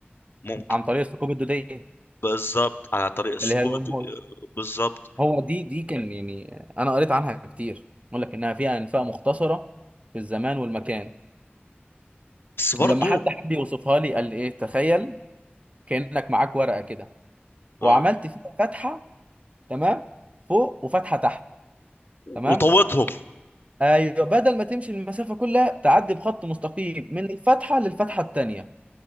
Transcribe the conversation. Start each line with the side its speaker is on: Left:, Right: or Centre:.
Left: ممكن
Right: عن طريق الثقوب الدوديه
Left: بالظبط على طريق السقوط
Right: اللي هي الورم هول
Left: بالظبط
Right: هو دي دي كان يعني انا قريت عنها كتير يقول لك انها فيها انفاق مختصره في الزمان والمكان
Left: بس برضو
Right: ولما حد حب يوصفها لي قال لي ايه تخيل كانك معاك ورقه كده وعملت
Left: اه
Right: فيها فتحه تمام فوق وفتحه تحت تمام
Left: وطوتهم
Right: ايوه بدل ما تمشي المسافه كلها تعدي بخط مستقيم من الفتحه للفتحه التانيه